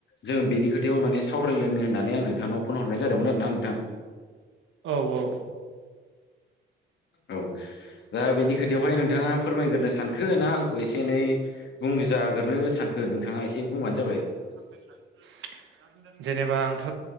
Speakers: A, on the left; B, on the right.
A: जों बेनि खोथायाव माने सावरायलायनो होननानै आं नोंथांनाव फन हरनाय जादोंमोन आरोना नोंथां।
B: औ औ।
A: औ दा बेनि खोथायावहाय नोंथाङा फोरमायग्रोनो सानखो ना आंखौ एसे एनै बुं जाग्रो सानखो नोंथाङा एसे बुंबानो जाबाय
B: <unintelligible> जेनेबा आंथ'